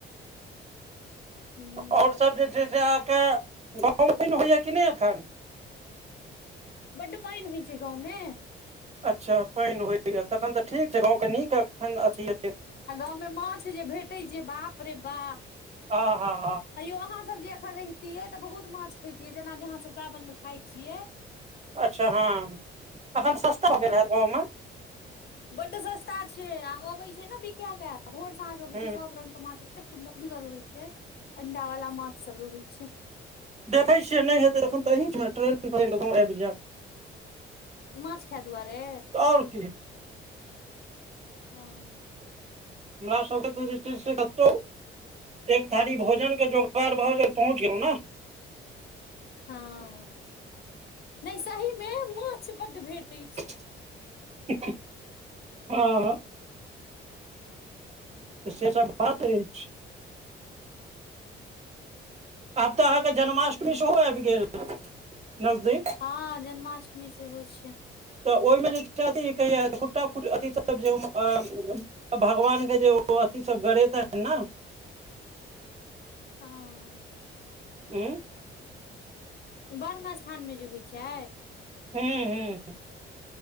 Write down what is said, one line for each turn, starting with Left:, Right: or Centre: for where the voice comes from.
Left: हूं
Right: आओर सब जे छय से अहाँ के, गांव में पाइन होइए कि नहिं अखन।
Left: बड पाइन होय छय गांव में।
Right: अच्छा पाइन होइ यऽ, तखन त ठीक छय गाँव के नीक एखन
Left: हूं
Right: अथी हेतै
Left: आ गाँव मे माछ जे भेटै छय, बाप रे बा
Right: हँ-हँ-हँ
Left: ह यो अहाँ सब जे अखन रहतियै त बहुत मांछ खेतिये, जेना कि अहाँ सब सावन मे खाय छियै।
Right: अच्छा हँ अखन सस्ता हो गेल हैत गाँव मे
Left: बड सस्ता छे आ अबे छय न बिकैयल लैं, भोर साँझ अबै
Right: हूँ
Left: छय सब रंगग के माछ एतेक सुन्दर सुन्दर रहै छय, अंडा वाला माछ सब रहै छय।
Right: देखे छिये ने हेते एखुन त अहिं में ट्रेन पक कर क गाँव आइब जैब।
Left: मांछ खाय दुआरे।
Right: और कि।
Left: हँ
Right: हमरा सबके तऽ जे छय से कतौ। एक थारी भोजन के जोगार भ गेल पहुँच गेलहुँ नऽ।
Left: हां नहि सही मे माछ बड भेटे छय।
Right: <unintelligible> हँ से सब बात अइछ। अब त अहाँ के जन्माष्टमी
Left: हूँ
Right: सेहो आइब गेल नजदीक।
Left: हँ जन्माष्टमी सेहो छियै।
Right: त ओहि मे जे अथि कहिया खुट्टा खुअथ जे त भगवान के जे ओ अथि सब गड़ेतैन ने।
Left: हँ।
Right: उँ।
Left: ब्रह्म स्थानमे जे होइ छै।
Right: हूँ हूं